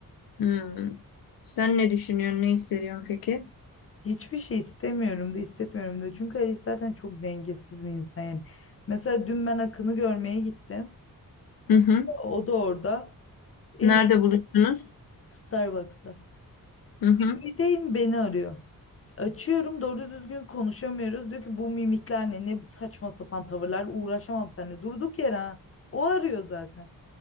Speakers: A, on the left; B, on the left.
A: Hmm. Sen ne düşünüyorsun, ne hissediyorsun peki?
B: Hiçbir şey istemiyorum da hissetmiyorum da. Çünkü Ali zaten çok dengesiz bir insan yani. Mesela dün ben Akın'ı görmeye gittim.
A: Hı hı.
B: O da orada. Em
A: Nerede buluştunuz?
B: Starbucks'ta.
A: Hı hı.
B: Gideyim beni arıyor. Açıyorum doğru düzgün konuşamıyoruz. Diyor ki bu mimikler ne ne saçma sapan tavırlar uğraşamam seninle. Durduk yere ha. O arıyor zaten.